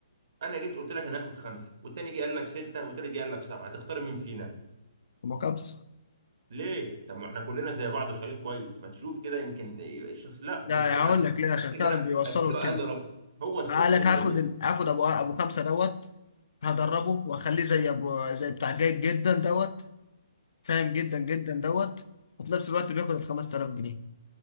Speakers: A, on the right; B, on the left.
A: انا جيت قلت لك انا هاخد خمسة والتاني جه قال لك ستة والتالت جه قال لك سبعة تختار مين فينا
B: ومكابس
A: ليه طب ما احنا كلنا زي بعض وشغالين كويس ما تشوف كده يمكن الشخص لا
B: لا
A: انت مش فارق معاك
B: هقول
A: فارق
B: لك ليه عشان
A: معاك ان
B: فعلا
A: انا
B: بيوصلوا
A: اديله
B: لكده
A: اقل رقم هو السوق
B: قال لك
A: كده
B: هاخد
A: هو
B: ال- هاخد ابو ابو خمسه دوت هدربه واخليه زي ابو زي بتاع جيد جدا دوت فاهم جدا جدا دوت وفي نفس الوقت بياخد ال 5000 جنيه